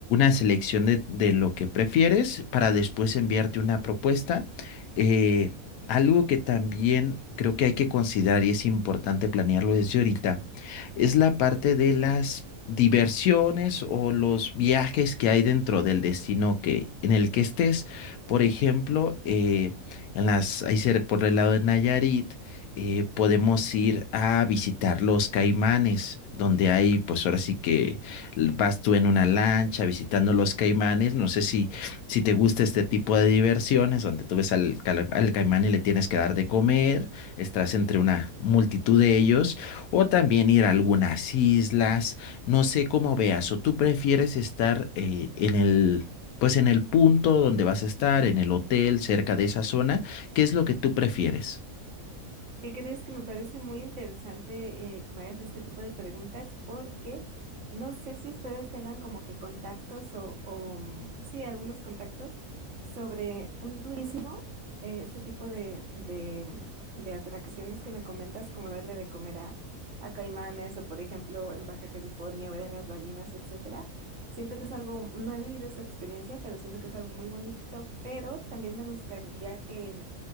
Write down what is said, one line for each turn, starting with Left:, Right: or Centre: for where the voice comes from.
Left: selección de, de lo que prefieres para después enviarte una propuesta. Eh, algo que también creo que hay que considerar y es importante planearlo desde ahorita es la parte de las diversiones o los viajes que hay dentro del destino que en el que estés. Por ejemplo, eh, en las ahí cer- por el lado de Nayarit eh, podemos ir a visitar los Caimanes, donde hay, pues ahora sí que vas tú en una lancha visitando los caimanes, no sé si, si te gusta este tipo de diversiones donde tú ves al, cala- al caimán y le tienes que dar de comer, estás entre una multitud de ellos, o también ir a algunas islas, no sé cómo veas, o tú prefieres estar eh, en el... Pues en el punto donde vas a estar, en el hotel, cerca de esa zona, ¿qué es lo que tú prefieres?
Right: ¿Qué crees que me parece muy interesante eh, que me hagas este tipo de preguntas? Porque no sé si ustedes tengan como que contactos o, o, mm, sí, algunos contactos sobre un turismo, eh, este tipo de, de, mm, de atracciones que me comentas, como darle de comer a, a caimanes o, por ejemplo, en Baja California, ver a las ballenas, etcétera. Siento que es algo, no he vivido esa experiencia, pero siento que es algo muy bonito, pero también me gustaría que mm,